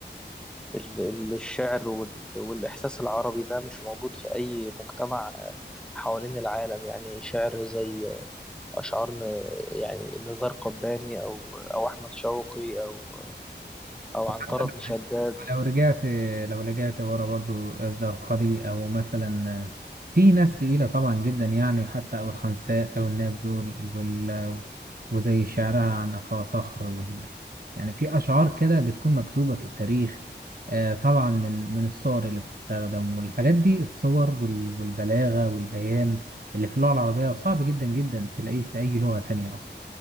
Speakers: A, in the centre; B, on the right.
A: ال- ال- الشعر وال- والإحساس العربي ده مش موجود في أي مجتمع آه، حوالين العالم يعني شعر زي آه، أشعار ن- يعني نزار قباني أو أو أحمد شوقي أو أو
B: وحتى
A: عنترة
B: لو
A: بن شداد
B: ولو رجعت لو رجعت ورا برضو الزرقاوي او مثلا في ناس تقيلة طبعا جدا يعني حتى او الخنساء او الناس دول وال وزي شعرها عن اخا صخر وال يعني في اشعار كده بتكون مكتوبة في التاريخ آه طبعا من من الصور اللي بتستخدم والحاجات دي الصور وال والبلاغة والبيان اللي في اللغة العربية صعب جدا جدا تلاقيه في اي لغة تانية اصلا